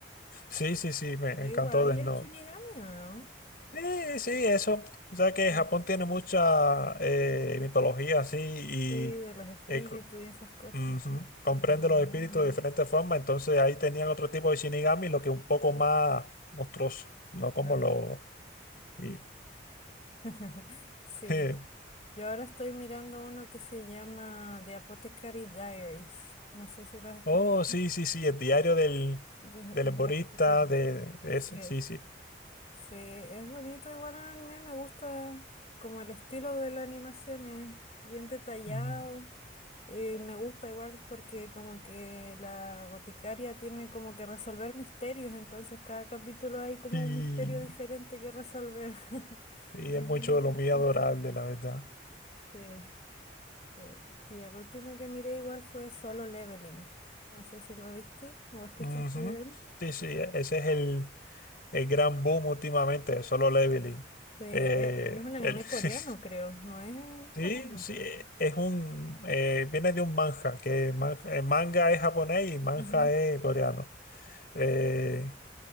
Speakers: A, on the left; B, on the left.
A: Sí, sí, sí, me,
B: Ahí
A: me encantó
B: Igual había
A: Death Note.
B: en Shinigami, ¿o no?
A: Sí, sí, eso. O sea que
B: Sí,
A: Japón tiene mucha eh, mitología así y
B: Sí, de los espíritus
A: eh, co-
B: y esas cosas,
A: ujú, comprende
B: de los demonios.
A: los espíritus de diferentes formas. Entonces ahí tenían otro tipo de Shinigami, lo que un poco más monstruoso, no como
B: Claro.
A: lo... y-
B: <laughs> Sí,
A: <laughs>
B: Yo ahora estoy mirando uno que se llama The Apothecary Diaries. No sé si lo has escuchado.
A: Oh, sí, sí, sí, el diario del,
B: De,
A: del
B: de
A: herborista,
B: la apotecaria.
A: de, de
B: Sí,
A: ese, sí, sí.
B: sí, es bonito igual el anime, me gusta como el estilo de la animación es bien detallado
A: Ujú.
B: y me gusta igual porque como que la boticaria tiene como que resolver misterios, entonces cada capítulo hay como
A: Sí.
B: un misterio diferente que resolver. <laughs>
A: Y
B: Y
A: es
B: es
A: mucho
B: bien interesante.
A: de lo muy adorable, la verdad.
B: Sí. Sí. Y el último que miré igual fue Solo Leveling. No sé si lo viste o escuchaste
A: Ujú.
B: de él.
A: Sí, sí, ese es el, el gran boom últimamente, solo leveling.
B: Sí, es,
A: Eh,
B: es un anime
A: el, <laughs>
B: coreano, creo, no es
A: sí,
B: japonés.
A: sí, es un, eh, viene de un manga, que man- eh, manga es japonés y manga
B: Ujú.
A: es coreano. Eh,